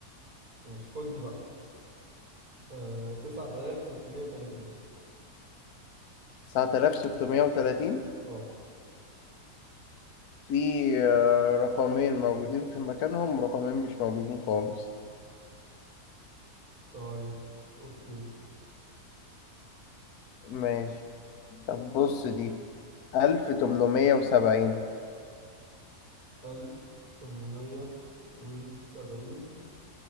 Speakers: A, on the right; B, on the left.
A: ماشي خد دي بقى آه... 9630
B: تسعة آلاف ستمية وتلاتين
A: اه
B: في آه، رقمين موجودين في مكانهم ورقمين مش موجودين خالص
A: طيب اوكي
B: ماشي طب بص دي ألف تمنمية وسبعين
A: 1870